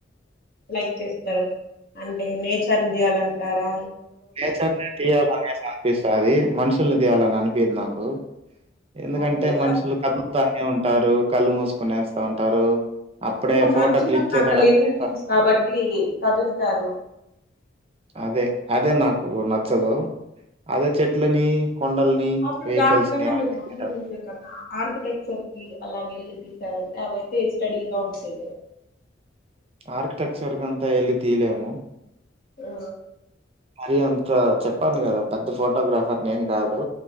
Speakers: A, on the left; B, on the right.
A: లైక్ చేస్తారు అంటే నేచర్ చేయాలంటారా
B: నేచర్ని తీయాలనే అనిపిస్తుది మనుషుల్ని తీయాలని అనిపిది నాకు ఎందుకంటే
A: ఓకే
B: మనుషులు కళ్లుతోనే ఉంటారు కళ్ళు మూసుకునే వస్తా ఉంటారు అప్పుడే
A: ఇంగ మనుషుల
B: ఫోటో క్లిక్
A: నాక
B: చేసేటప్పుడే
A: లివింగ్ థింగ్స్ కాబట్టి కదులుతారు
B: అదే అదే నాకు నచ్చదు అదే చెట్లని కొండల్ని,
A: అప్పుడు
B: వెహికల్స్‌ని
A: దానికన్నా
B: అవి
A: మీరు
B: తీయడం
A: మమ్మీ చసే కన్నా ఆర్కిటెక్చర్ కి అలాగ వెళ్ళి తీసారంటే అవియితే స్టడీగా ఉంటాయి కదా
B: ఆర్కిటెక్చర్ కంతా ఎళ్ళ తీయలేముో
A: ఆ
B: మరి అంత చెప్పాను కదా పెద్ద ఫోటోగ్రాఫర్ నేం కాదు